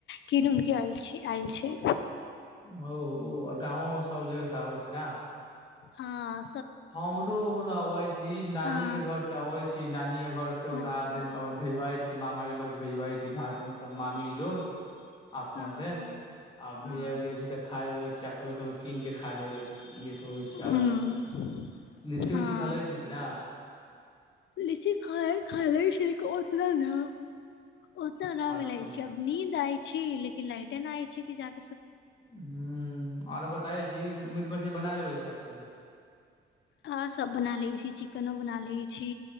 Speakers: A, on the left; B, on the left.
A: किननके आल छी आयल छै
B: ह हो आ गाँवो सभ जगहसँ आबै छै ने
A: ह
B: हमरो उरो अबै छी नानी
A: हँ
B: के घर से अबै छी नानी के घ घर से उतार
A: अच्छा
B: से भेजबा छी मामा लोग भेजबा छै भाग मतलब मामी
A: अच्छा
B: लोग अपने
A: हँ
B: से
A: हँ
B: आ
A: हँ
B: भेजे उजे छै तऽ खााय हुए छै याह कभी कभी कीन कऽ खा लेबै छी ई तऽ होइ छै आरो
A: हूँ
B: कथी लीची
A: हँ
B: उऊची खेलै छै कि न
A: लीची खानाी खा लेल भी शर होतना न ओते न
B: अच्छा
A: मिलै छी अब नींद आय छी लेकिन लाइट ए न आय छै कि जाक
B: ह आरो बताब छी मीट मछली बना लेबै छी अपनेसँ
A: ह सभ बना लैत छी चिकनो बना लैत छी